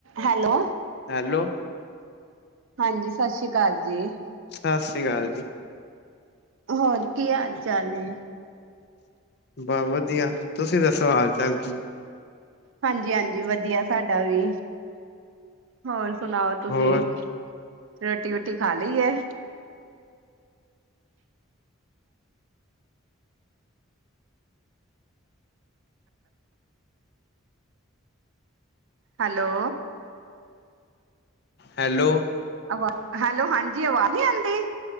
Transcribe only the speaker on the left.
Hello.
ਸਤਿ ਸ਼੍ਰੀ ਅਕਾਲ ਜੀ।
ਬਸ ਵਧੀਆ ਤੁਸੀਂ ਦੱਸੋ ਹਾਲ ਚਾਲ ਕੀ?
ਹੋਰ
ਹੈਲੋ।